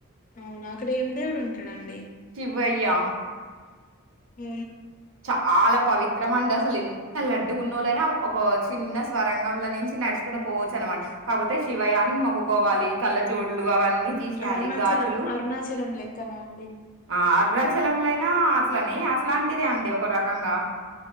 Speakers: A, on the left (about 40°); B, on the right (about 65°).
A: అవునా అక్కడ ఏం దేవడు ఉం టడండి
B: వయ్య
A: ఉ
B: చాలా పవిత్రమండ అ అసలు ఇంత లడ్డుగున్నోళ్ళైనా ఒక చిన్న స్వరంగంల నుంచి నడుచుకుంట పోవచ్చు అనమాట కాకపోతే శివయ్య అని మొక్కకోవాలి కళ్ళ జోళ్లు అవ న్ని తీసేయాలి
A: అరుణాచలం
B: గాజులు
A: అరుణాచలం లెక్కనా అండి
B: ఆ అరుణాచలం ల ఇక్కడైనా అట్లనె అట్లాంటిది అం దే ఒక రకంగా